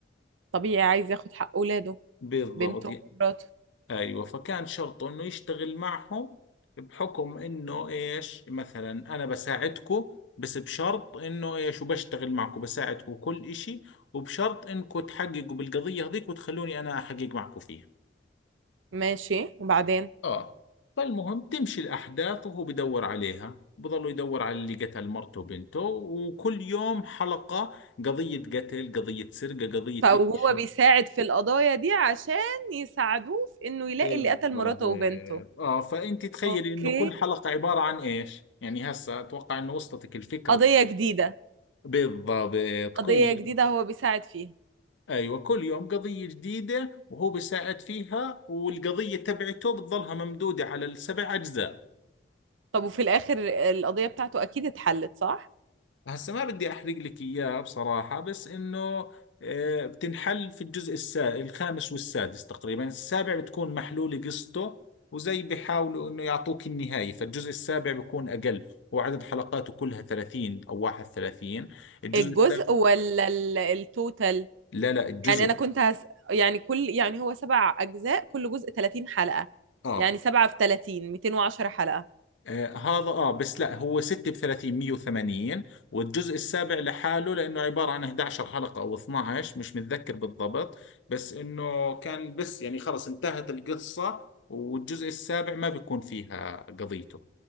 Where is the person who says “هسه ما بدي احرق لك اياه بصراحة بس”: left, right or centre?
Left